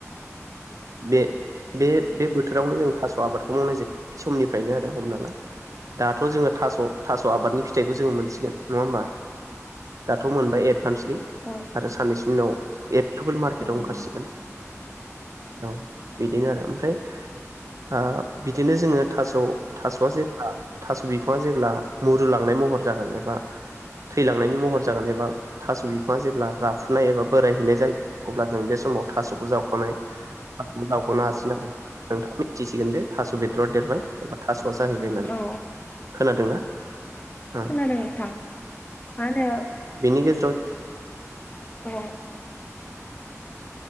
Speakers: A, on the right; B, on the left.
A: बे-बे-बे बोथोरावनो जों थास' आबादखौ मावनाय जायो समनिफ्रायनो आरो हमना ला दाथ' जोङो थास' थास' आबादनि फिथाइखौ जो मोन नङा होमबा दाथ' मोनबाय ए <unintelligible>
B: औ
A: आरो साननैसो <unintelligible> <unintelligible> मार्केटाव ओंखारसिगोन।
B: मोनो
A: औ बिदिनो आरो ओमफ्राय ओ बिदिनो जोङो थास' थास'आ जेब्ला थास' बिफाङा जेब्ला मुरुलांनाय महर जागोन बा थैलांनायनि महर जागोन एबा थास' बिफां जेब्ला राफुनाय एबा बोरायहैनाय जायो अब्ला जों बे समाव थास'खौ जावख'नाय जावख'नो हासिगोन आरो नोंथाङा मिथिसिगोन दे थास' बेदरा देरबाय एबा थास' ज जाहैबाय होननानै
B: औ
A: खोनादोंना होम।
B: <unintelligible> नोंथां मा होनो
A: बेनि गेजेराव
B: औ <inaudible>